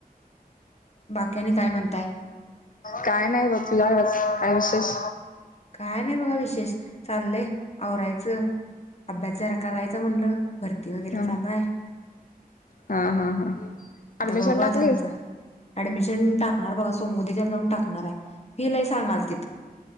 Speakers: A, on the left; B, on the left.
A: बाकी आणि काय म्हणताय
B: काय नाही बा तुझ्याकडच आणि विशेष
A: काय नाही बघा विशेष चाललय आवरायचं अभ्यास जरा करायचा म्हणलं. भरती वगैरे
B: हम
A: चालू आहे
B: हा हा हा
A: आता
B: ऍडमिशन
A: बघू आता
B: टाकलीस
A: आमचं ऍडमिशन टाक नाय रे बाबा सोम उद्याच्याला जाऊन टाक नार आहे फि लय सांगाल तिल.